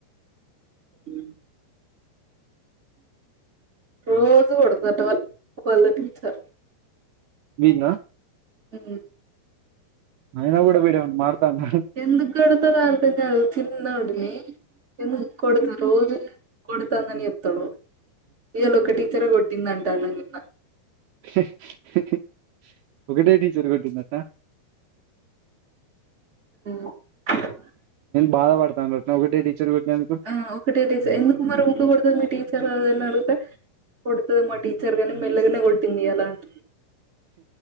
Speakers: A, on the right; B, on the right.
A: ఉం రోజు కొడతాదట వాల్ వాళ్ళ టీచర్
B: వీడ్నా
A: ఉ
B: అయినా కూడా వీడేమన్నా మారతాండా
A: ఎందుకు కొడతారో అర్థం కాదు చిన్నోడిని ఎందుకు కొడతారో రోజు కొడుతోందని చెప్తాడు ఇవాళ ఒక టీచరే కొట్టింది అట నిన్న
B: హే హే ఒకటే టీచర్ కొట్టిందటన
A: ఆ
B: బాధపడతాండటన ఒకటే టీచర్ కొట్టినందుకు
A: ఆ ఒకటే టీచర్ ఎందుకు మరి ఊకే కొడతాది మీ టీచర్ అదని అడిగితే కొడుతది మా టీచర్ గారి మెలగనే కొట్టింది ఈయాల అంటూ